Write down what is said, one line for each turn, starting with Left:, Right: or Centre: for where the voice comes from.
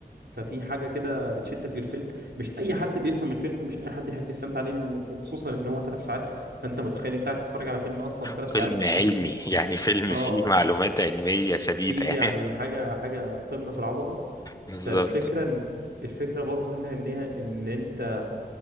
Right: ففي حاجة كده بتشدك للفيلم مش أي حد بيفهم الفيلم ومش أي حد يحب يستمتع عليه لأن وخصوصا إن هو ثلاث ساعات فأنت متخيل أنت قاعد تتفرج على فيلم أصلا ثلاث
Left: فيلم
Right: ساعات
Left: علمي
Right: آه
Left: يعني فيلم
Right: آه،
Left: فيه معلومات علميه شديده
Right: في يعني
Left: <laughs>
Right: حاجة حاجة قمة في العظمة
Left: بالظبط
Right: فالفكرة إن- الفكرة برضه هنا إن هي إن أنت